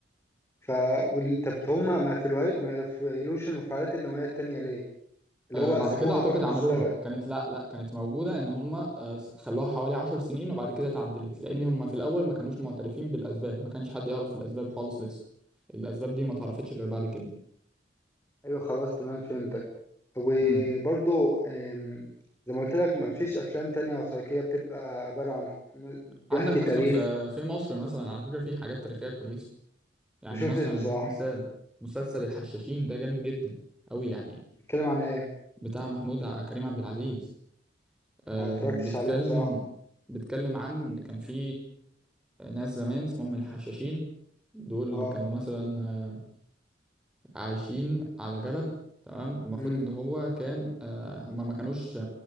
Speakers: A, on the left (about 15°); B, in the centre.
A: ف وال- طب هم ما في ما يقفلوش المفاعلات النووية التانية ليه اللي
B: آه،
A: هو
B: بعد
A: سابوها
B: كده اعتقد
A: برضو تشتغل
B: عملوها كانت لا لا كانت موجوده ان هم آه، س- خلوها حوالي 10 سنين وبعد كده اتعدلت لان هم في الاول ما كانوش معترفين بالاسباب ما كانش حد يعرف الاسباب خالص لسه الاسباب دي ما اتعرفتش غير بعد كده
A: ايوه خلاص تمام فهمتك وبرضو
B: امم
A: آم، زي ما قلت لك ما فيش افلام تانية وثائقية بتبقى عبارة عن بيحكي
B: عندك مثلا
A: تاريخ
B: في في مصر مثلا على فكره في حاجات تاريخيه كويسه يعني
A: ما شفتش
B: مثلا
A: بصراحة
B: اديك مثال مسلسل الحشاشين ده جامد جدا قوي يعني
A: بيتكلم عن ايه
B: بتاع محمود ع- كريم عبد العزيز آه،
A: ما اتفرجتش
B: بتكلم
A: عليه بصراحة
B: بتكلم عن كان في ناس زمان اسمهم الحشاشين دول
A: اه
B: كانوا مثلا آه، عايشين على جبل تمام المفروض
A: امم
B: ان هو كان آه، هما ما كانوش آه،